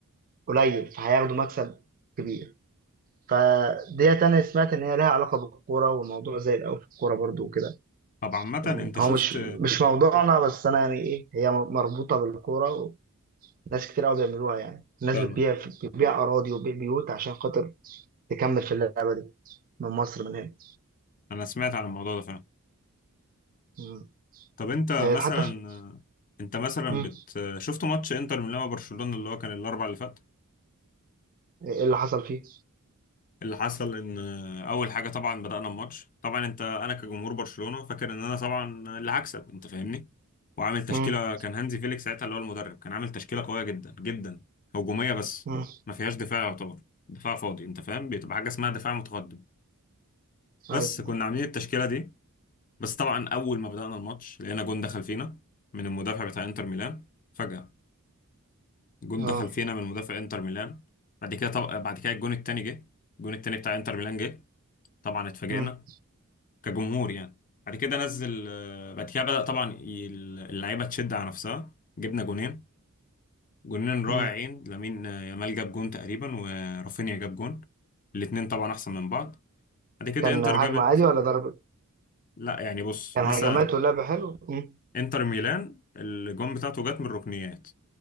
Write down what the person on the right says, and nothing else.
قليل فهياخدوا مكسب كبير فدي انا سمعت ان هي لها علاقه بالكوره والموضوع زي الاول في الكوره برضو وكده
يعني
هو
مش مش بالظبط موضوعنا بس انا يعني ايه هي مربوطه بالكوره وناس كتير قوي بيعملوها يعني الناس
بتبيع بتبيع اراضي وبيع بيوت عشان خاطر تكمل في اللعبة دي من مصر من هنا
مم.
آه، حتى في
مم.
آه، ايه اللي حصل فيه
مم.
مم.
ايوه
اه
مم.
مم.
كان
هجمة
عادي ولا ضرب
كان
هجمات واللعب حلو مم.